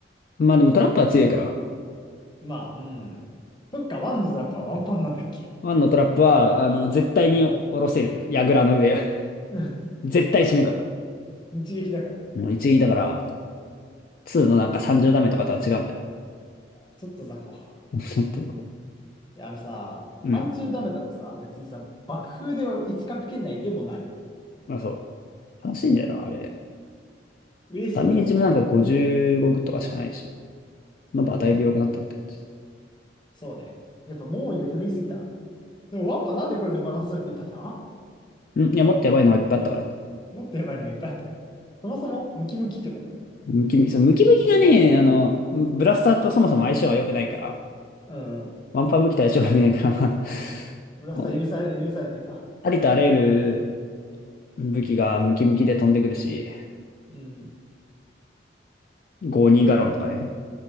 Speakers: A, on the left (about 50°); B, on the left (about 25°).
A: う。まあでもトラップは強いから。
B: <laughs> まあ、うん。そっか、ワンのザップはワンパンなんだっけ。
A: ワンのトラップは、あの、絶対に下ろせる。矢倉の上。<laughs>
B: うん。
A: 絶対死ぬから。
B: 一撃だからね。
A: もう一撃だから、ツーのなんか30ダメとかとは違うんだよ。
B: ちょっと雑魚。
A: <laughs> 本当に
B: いや、あのさ、
A: うん。
B: 30ダメだとさ、別にさ、爆風では一角圏内でもない。
A: まあ、そう。悲しいんだよな、あれ。
B: 嬉しいことないか
A: ダメージもなんか55とかしかないでしょ。
B: ら。
A: ノバはだいぶ弱くなったって感じ。
B: うーん。そうね。やっぱ猛威を振るいすぎた。でもワンはなんでこれでバランス取れていたんだ
A: うん。いや、もっとやばいのがいっぱいあったからね。
B: もっとやばいのがいっぱいあったから。そもそもムキムキとかだよね。
A: ムキムキ、
B: なんか、
A: そうムキムキがね、あの、ブラスターとそもそも相性が良くないから、
B: うんうん。
A: ワンパン武器と相性が良くないから、<laughs> ま
B: ブラスター許され、
A: あ、もうね、
B: 許されていた。
A: ありとあらゆる武器がムキムキで飛んでくるし、
B: うん。
A: 52ガロンとかね。